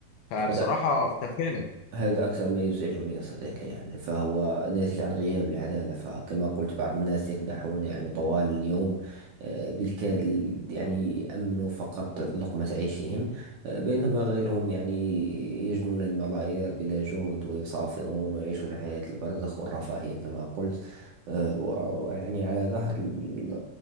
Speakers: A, on the left; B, on the right.
A: فبصراحة
B: هذا
A: ده فعلا
B: هذا أكثر ما يزعجني يا صديقي يعني فهو ناتج عن غياب العدالة فكما قلت بعض الناس يكدحون يعني طوال اليوم آه، بالكاد يعني يأمنوا فقط لقمة عيشهم آه، بينما غيرهم يعني يجنون الملايير بلا جهد ويسافرون ويعيشون حياة البرزخ والرفاهية كما قلت آه، و- ويعني على ظهر ال-